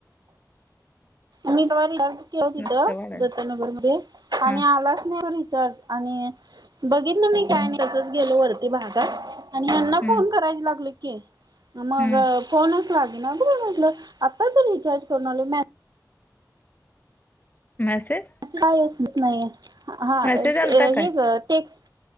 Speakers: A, on the right; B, on the left.
A: मी तेव्हा रिचार्ज
B: नुसतं वाढल
A: <unintelligible> दत्तनगरमध्ये <unintelligible>
B: हम्म
A: आणि आलाच नाही ग रिचार्ज आणि बघितलं नाही काय नाही तसच गेलो वरती भागात आणि यांना
B: हम्म
A: फोन करायला लागलो की मग
B: हम्म.
A: फोनच लागे ना ब म्हटलं आताच रिचार्ज करून आ
B: मॅसेज
A: काहीच नाही हा
B: मेसेज
A: हे
B: आलता काय
A: ग टेक्स